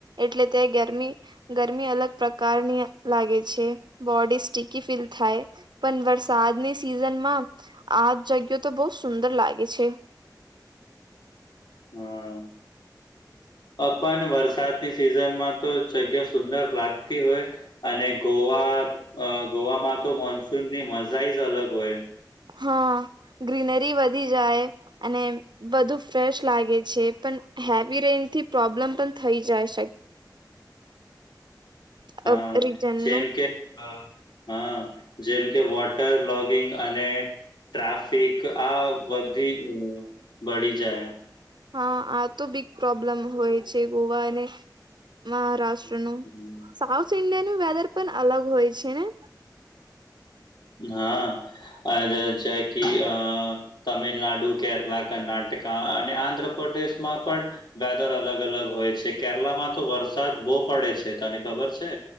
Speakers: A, on the right; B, on the left.
A: એટલે તે ગરમી ગરમી અલગ પ્રકારની લાગે છે બોડી સ્ટકી ફીલ થાય પણ વરસાદની સિઝનમાં આ જગઓ તો બહુ સુંદર લાગે છે.
B: હમ પણ વરસાદની સિઝનમાં તો જગ્યા સુંદર લાગતી હોય અને ગોવા ગોવામાં તો મોન્સૂનની મજા જ અલગ હોય.
A: હા ગ્રીનરી વધી જાય અને બધું ફ્રેશ લાગે છે પણ હેવી રેન થી પ્રોબ્લેમ પણ થઈ જાય શકે શકે
B: હા
A: રીજનનું
B: જેમ કે હા જેમ કે વોટર લોગિંગ અને ટ્રાફિક આ વધી બળી જાય
A: હા આ તો બીગ પ્રોબ્લેમ હોય છે ગોવાને મહારાષ્ટ્રનું
B: હમ,
A: સાઉથ ઈન્ડિયાનું વેધર પણ અલગ હોય છે ને
B: હા છે કે અ તમિલનાડુ કેરલા કર્ણાટકા અને આંધ્રપદેશમાં પણ વેધર અલગ અલગ હોય છે કેરલામાં તો વરસાદ બહુ પડે છે તને ખબર છે